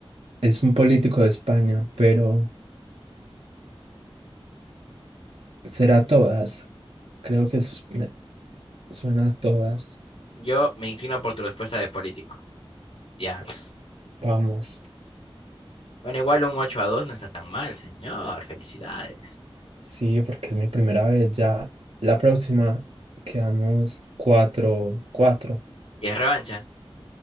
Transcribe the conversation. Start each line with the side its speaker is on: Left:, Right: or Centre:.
Right: Es un político de España, pero será todas. Creo que es- me suena a todas.
Left: Yo me inclino por tu respuesta de político. Diablos.
Right: Vamos.
Left: Bueno, igual un 8 a 2 no está tan mal, señor. Felicidades.
Right: Sí, porque es mi primera vez ya. La próxima quedamos cuatro, cuatro,
Left: ¿Y es revancha?